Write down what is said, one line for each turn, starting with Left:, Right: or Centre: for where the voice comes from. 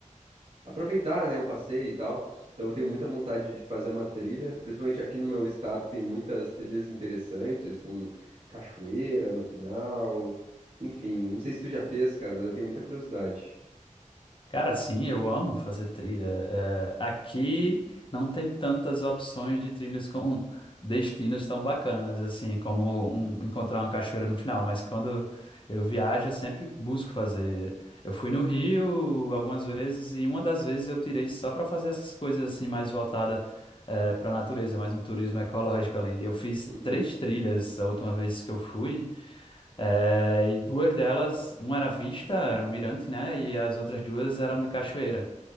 Right: aproveitar, né, um passeio e tal. Então eu tenho muita vontade de fazer uma trilha, principalmente aqui no meu estado tem muitas trilhas interessantes com cachoeira no final. Enfim, não sei se tu já fez, cara, mas eu tenho muita curiosidade.
Left: Cara, sim, eu amo fazer trilha. É, aqui não tem tantas opções de trilhas com <laughs> destinos tão bacanas, assim, como um- encontrar uma cachoeira no final. Mas quando eu viajo, eu sempre busco fazer. Eu fui no Rio algumas vezes e uma das vezes eu tirei só para fazer essas coisas assim mais voltada para a natureza, mais um turismo ecológico ali. Eu fiz
Right: Uhum.
Left: três trilhas a última vez que eu fui. É, e duas delas, uma era vista, era um mirante, né? E as outras duas eram de cachoeira.